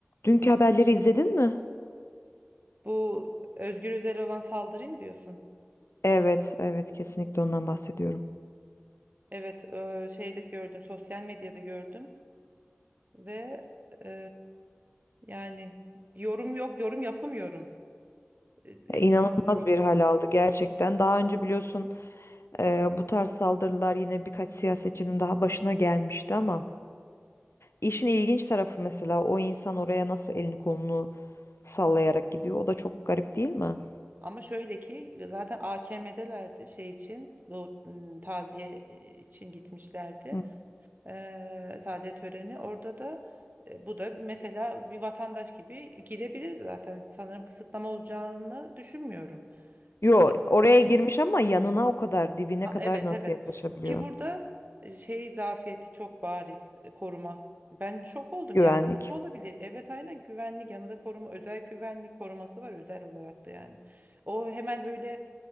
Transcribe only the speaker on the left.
Dünkü haberleri izledin mi?
Evet, evet kesinlikle ondan bahsediyorum.
Ya,
İnanılmaz
bir hal aldı gerçekten. Daha önce biliyorsun e, bu tarz saldırılar yine birkaç siyasetçinin daha başına gelmişti ama işin ilginç tarafı mesela o insan oraya nasıl elini kolunu sallayarak gidiyor. O da çok garip değil mi?
Hı.
Yo,
oraya girmiş ama yanına o kadar dibine
kadar
nasıl
yaklaşabiliyor
güvenlik?